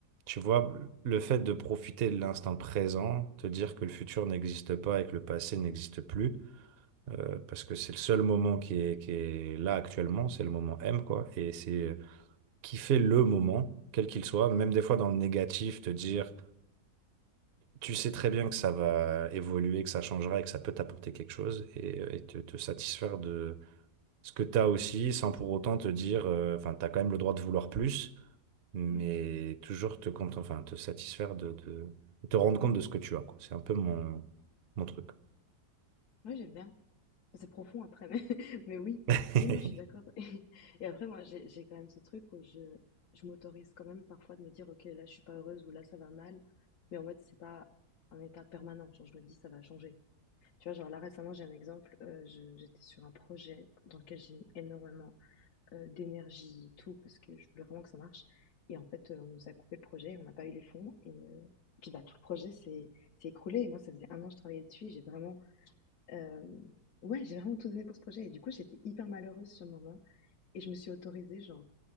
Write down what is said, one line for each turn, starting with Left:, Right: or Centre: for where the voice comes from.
Right: Tu vois, le fait de profiter de l'instant présent, te dire que le futur n'existe pas et que le passé n'existe plus, euh, parce que c'est le seul moment qui est, qui est là actuellement, c'est le moment M, quoi, et c'est euh, kiffer le moment, quel qu'il soit, même des fois dans le négatif, te dire, tu sais très bien que ça va évoluer, que ça changera et que ça peut t'apporter quelque chose, et, euh, et te, te satisfaire de ce que tu as aussi, sans pour autant te dire, euh, enfin, tu as quand même le droit de vouloir plus mais
Left: Mhm.
Right: toujours te content, enfin, te satisfaire de, de- de te rendre compte de ce que tu as, quoi. C'est un peu mon, mon truc.
Left: Moi, j'aime bien. C'est profond après, mais <laughs> mais oui.
Right: <laughs>
Left: Oui, non, je suis d'accord <laughs> et après moi, j'ai j'ai quand même ce truc où je je m'autorise quand même parfois de me dire: «OK, là, je suis pas heureuse» ou «Là, ça va mal», mais en mode, c'est pas un état permanent. Genre, je me dis: «Ça va changer». Tu vois? Genre, là, récemment, j'ai un exemple, heu, je j'étais sur un projet dans lequel j'ai mis énormément, heu, d'énergie et tout parce que je voulais vraiment que ça marche et en fait, heu, on nous a coupé le projet, on n'a pas eu les fonds et heu, puis, bah, tout le projet s'est s'est écroulé et moi, ça faisait un an que je travaillais dessus et j'ai vraiment euh, ouais, j'ai vraiment tout donné pour ce projet. Et du coup, j'étais hyper malheureuse sur le moment. Et je me suis autorisée, genre,